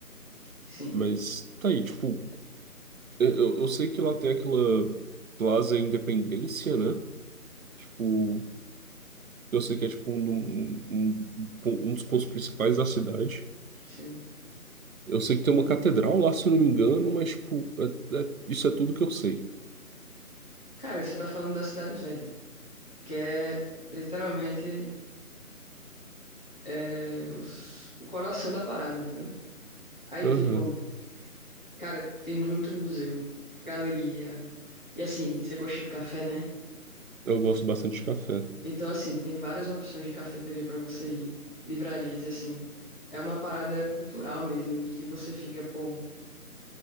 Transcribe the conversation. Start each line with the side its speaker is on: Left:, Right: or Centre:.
Left: Sim,
Right: Mas tá aí, tipo, eu, eu eu sei que lá tem aquela Plaza Independência, né? Tipo, eu sei que é tipo um, do- um, um, um um dos pontos principais da cidade.
Left: sim.
Right: Eu sei que tem uma catedral lá, se eu não me engano, mas tipo, é- é- isso é tudo que eu sei.
Left: Cara, você tá falando da cidade velha. que é literalmente é, os- o coração da parada, entendeu? Aí,
Right: Aham.
Left: tipo, cara, tem muito museu, galeria. E assim, você gosta de café, né?
Right: Eu gosto bastante de café.
Left: Então, assim, tem várias opções de cafeteria pra você ir, livrarias, e assim, é uma parada cultural mesmo, em que você fica, pô,